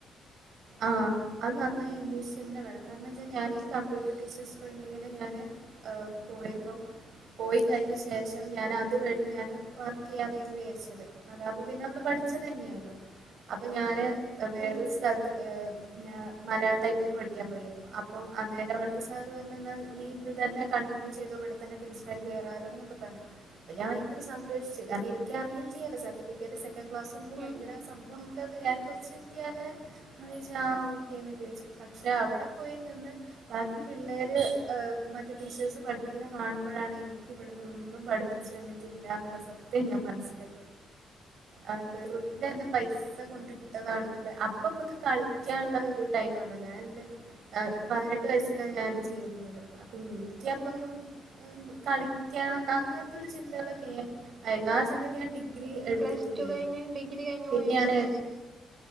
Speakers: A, on the right; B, on the right.
A: ആഹ അത് നന്നായി അന്വേഷിച്ചെന്നെ വേണം കാരണം വെച്ചാ ഞാനീ കമ്പ്യൂട്ടർ ടീച്ചേഴ്സ് ട്രെയിനിങ്ങിന് ഞാന് ഏഹ പോയപ്പം പോയി കഴിഞ്ഞ ശേഷം ഞാൻ അതുവഴി ഞാന് വർക്കെയ്യാന്നേനി വിചാരിച്ചത് അതാവുമ്പം പിന്നെ നമ്മള് പഠിച്ചത് തന്നെയാല്ലോ അപ്പം ഞാന് വേറൊരു
B: ഉം
A: സ്ഥലത്ത് ഏഹ് ഞാ മലയാള ടൈപ്പിംഗ് പഠിയ്ക്കാൻ പോയിരുന്നു അപ്പം അന്നേരം അവട്ത്തെ സാറ് പറഞ്ഞ് ഇന്നാ നീ ഇത് തന്നെ കണ്ടിന്യൂ ചെയ്തൊ ഇവടെ തന്നെ ടീച്ചറായി കേറാലോന്നൊക്കെ പറഞ്ഞ് അപ്പം ഞാൻ ഭയങ്കര സന്തോഷിച്ച് കാരണം എനിയ്ക്കറിയും ചെയ്യാല്ലോ സർട്ടിഫിക്കറ്റ് സെ ക്കൻ്റ് ക്ലാസൂണ്ട് ഭയങ്കര
B: ഉം ഉം
A: സംഭവാക്കാന്ന് വിചാരിച്ച് <unintelligible> കൊറച്ച് ഇൻക്ക് അങ്ങനെ ഞാൻ വിചാരിച്ച് ആഹ് ഓക്കേന്ന് വിചാരിച്ച് പക്ഷേ അവടെ പോയി നിന്ന് ബാക്കി പിള്ളേര് ഏഹ് മറ്റ് ടീച്ചേഴ്സ് പഠിപ്പിയ്ക്ക്ണെ കാണുമ്പഴാണ് എനി ക്കിവടന്നൊന്നും പഠിപ്പിച്ചു തന്നിട്ടില്ല എന്നുള്ള സത്യം ഞാൻ മനസ്സിലാ
B: <inaudible>
A: ആഹ് വെറുതെ എന്റെ പൈസ കൊണ്ടിട്ടതാണെന്ന്ള്ളെ അപ്പമ്മക്ക് കളിക്ക്യാള്ള ഒരു ടൈമാണോ ഞാനെന്റെ പതിനെട്ട് വയസ്സിലാണ് ഞാന് ചേരുന്നത് അപ്പം ഇൻക്കപ്പോ
B: ഉം ഉം
A: ഏഹ് കളിക്കണം അങ്ങൻത്തെ ഒരു ചിന്തകളക്കേ ആരുന്നു ആ സമയത്ത് ഞാൻ ഡി ഡിഗ്രി എടുത്തിട്ടില്ലേരുന്നു
B: പ്ലസ് ടു കഴിഞ്ഞ് ഡിഗ്രി കഴിഞ്ഞ്
A: പിന്നെയാണ്
B: പോയേക്കൂല്ലേ